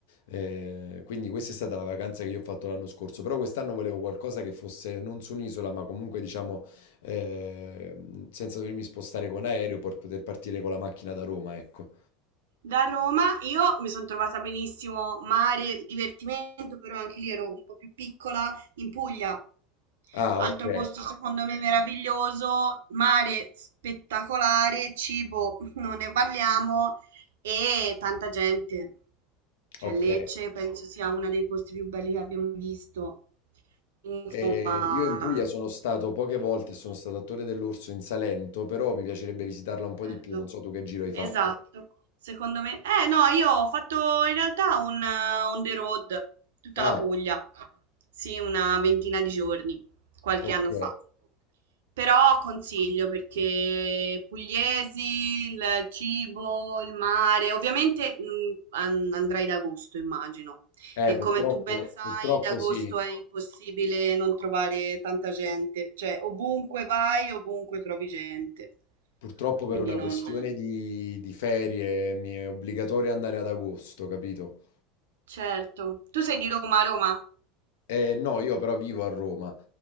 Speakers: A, on the left; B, on the right.
A: Eh, quindi questa è stata la vacanza che io ho fatto l'anno scorso, però quest'anno volevo qualcosa che fosse non su un'isola, ma comunque, diciamo, eh, senza dovermi spostare con aereo per poter partire con la macchina da Roma, ecco.
B: Da Roma io mi sono trovata benissimo, mare, divertimento, però anche lì ero un po' più piccola, in Puglia.
A: Ah,
B: Altro
A: ok,
B: posto secondo me meraviglioso, mare spettacolare, cibo, <laughs> non ne parliamo e tanta gente. Cioè
A: ok.
B: Lecce penso sia uno dei posti più belli che abbiamo visto. Insomma,
A: Eh, io in Puglia sono stato poche volte,
B: consiglio.
A: sono stato a Torre dell'Orso in Salento, però mi piacerebbe visitarla un po'
B: Bello.
A: di più. Non so tu che giro hai
B: Esatto.
A: fatto.
B: Secondo me... Eh no, io ho fatto in realtà un eh, on the road, tutta
A: Ah,
B: la Puglia. Sì, una ventina di giorni, qualche
A: ok.
B: anno fa. Però consiglio perché pugliesi, il cibo, il mare, ovviamente mm, an- andrai ad agosto, immagino.
A: Eh,
B: E
A: purtroppo,
B: come tu ben sai,
A: purtroppo
B: ad agosto
A: sì.
B: è impossibile non trovare tanta gente, cioè ovunque vai, ovunque trovi gente.
A: Purtroppo per
B: Quindi
A: una
B: non...
A: questione di, di ferie mi è obbligatorio andare ad agosto, capito?
B: Certo. Tu sei di Roma, Roma?
A: Eh, no, io però vivo a Roma,